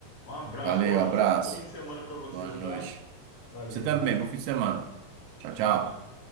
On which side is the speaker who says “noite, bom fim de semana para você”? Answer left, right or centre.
Left